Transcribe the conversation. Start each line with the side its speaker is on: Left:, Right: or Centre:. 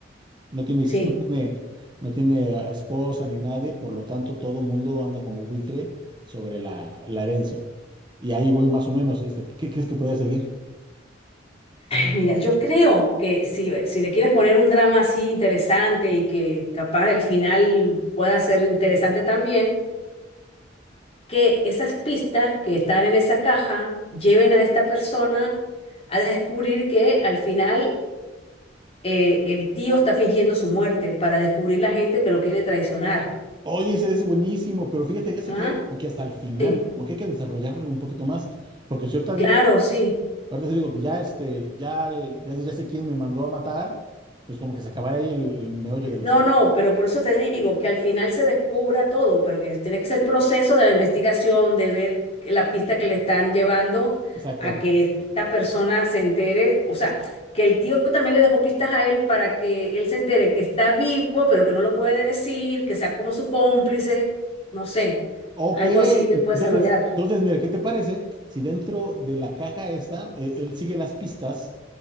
Right: no tiene,
Left: Sí.
Right: no tiene, no tiene a esposa ni nadie, por lo tanto todo mundo anda como buitre sobre la, la herencia. Y ahí voy más o menos, este, ¿qué crees que podría seguir?
Left: Mira, yo creo que si, si le quieres poner un drama así interesante y que capaz el final pueda ser interesante también, que esas pistas que están en esa caja lleven a esta persona a descubrir que al final eh, el tío está fingiendo su muerte para descubrir la gente que lo quiere traicionar.
Right: Oye, ese es buenísimo, pero fíjate, eso
Left: ¿Ah?
Right: quedaría como que hasta el final,
Left: Sí,
Right: como que hay que desarrollarlo un poquito más, porque si yo te
Left: claro,
Right: digo,
Left: sí.
Right: ahorita te digo que ya este, ya, el- ya, sé- ya sé quién me mandó a matar, pues como que se acabará ahí el el meollo de
Left: No,
Right: la historia.
Left: no, pero por eso te digo que al final se descubra todo, pero que tiene que ser el proceso de la investigación, de ver la pista que le están llevando
Right: Exacto.
Left: a que esta persona se entere, o sea, que el tío también le dejó pistas a él para que él se entere que está vivo, pero que no lo puede decir, que sea como su cómplice, no sé,
Right: Ok,
Left: algo
Right: Algo
Left: así que
Right: en-
Left: puede
Right: Bueno, entonces,
Left: desarrollar.
Right: buena. entonces, mira, ¿qué te parece si dentro de la caja esta, eh, él sigue las pistas